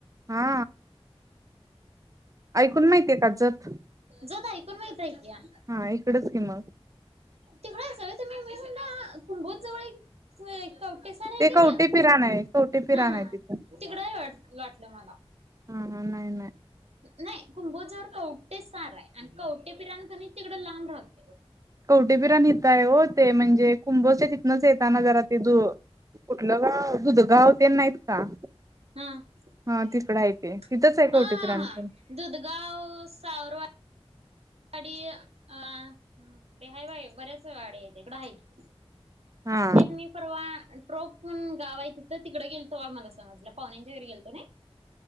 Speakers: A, on the right (about 35°); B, on the right (about 80°).
A: हा ऐकून माहितीये का जत
B: जत ऐक पण तीएका
A: हा इकडच की मग
B: तिकड हायसा व्हय तुम्ही मी कुंभोज जवळ एक कवटेसार हाय
A: ते
B: कने
A: कवटे पिराण आहे कवटे पिराण
B: हा
A: आहे तिथं
B: तिकडं हाय वाटलं मला
A: हा हा नाही नाही
B: नाही कुंभोजावर कवटे सार हाय आणि कवटे पिराण कने तिकडं लांब राहत
A: कवठे पिराण इथं हाय हो ते म्हणजे कुंभश तिथनंच येत ना जरा ते द कुठलं गाव दुध गाव ते नाहीत का?
B: हा-हा-हा-हा
A: हा तिकडं आहे ते तिथंच आहे कवटे पिराण पण
B: दुधगाव सावरवा वाडी अ हय-हाय बाइ बऱ्याच वाडी हाईत तिकडं हाईत. ते
A: हा
B: मी परवा ट्रोकून गाव हाय तिथं तिकडं गेलतो तव्हा आम्हाला समजलं पाहुण्यांच्या घरी गेलतो नइ?